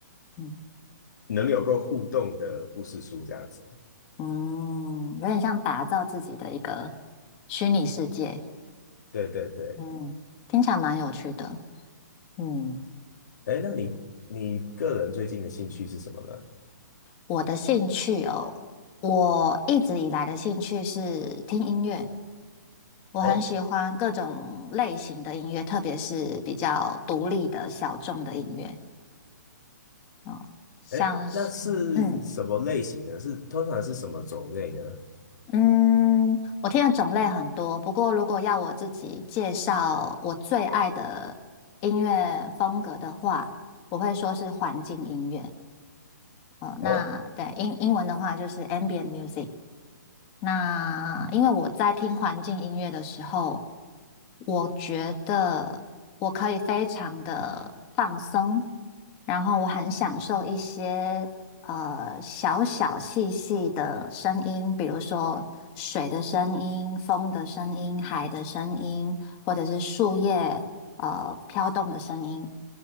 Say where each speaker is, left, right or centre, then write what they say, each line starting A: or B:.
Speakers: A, on the left; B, on the left.
A: 嗯
B: 能有够互动的故事书这样子。
A: 嗯，有点像打造自己的一个虚拟世界，
B: 对对对，
A: 嗯，听起来蛮有趣的，嗯，
B: 哎，那你你个人最近的兴趣是什么呢？
A: 我的兴趣哦。我一直以来的兴趣是听音乐，我很喜欢各种类型的音乐，
B: 哦，
A: 特别是比较独立的小众的音乐哦，像是嗯
B: 哎，那是什么类型呢？是通常是什么种类呢？
A: 嗯，我听的种类很多。不过，如果要我自己介绍我最爱的音乐风格的话，我会说是环境音乐。哦，那对英英文的话就是
B: 哦
A: ambient music。那因为我在听环境音乐的时候，我觉得我可以非常的放松，然后我很享受一些呃小小细细的声音，比如说水的声音、风的声音、海的声音，或者是树叶呃飘动的声音，